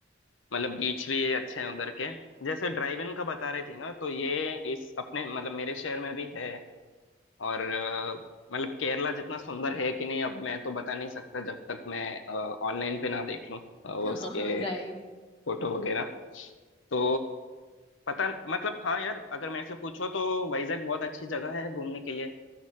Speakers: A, on the left (about 90°); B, on the left (about 25°).
A: मतलब बीच भी अच्छे हैं उधर के जैसे ड्राइव इन का बता रही थी ना तो ये इस अपने मतलब मेरे शहर में भी है और अ, मतलब केरला जितना सुंदर है कि नहीं अब मैं तो बता नहीं सकता जब तक मैं ऑनलाइन पे ना देख लूं अ, उसके
B: <laughs> हाँ राइट
A: फोटो वगैरह तो पता मतलब हाँ यार अगर मेरे से पूछो तो वाइजैक बहुत अच्छी जगह है घूमने के लिए